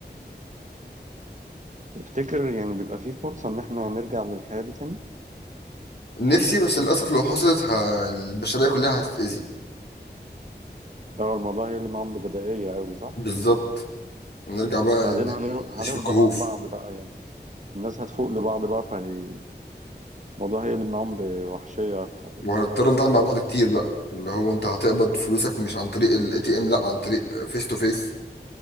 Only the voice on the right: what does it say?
تفتكر يعني بيبقى في فرصة إن إحنا نرجع للحياة دي تاني؟
لو الموضوع هي اللي معاهم ببدائية أوي صح؟
بعدين
هن- هنفضى
بقى لبعض بقى يعني الناس هتفوق لبعض بقى فهي الموضوع هي اللي معاهم بوحشية أكتر يعني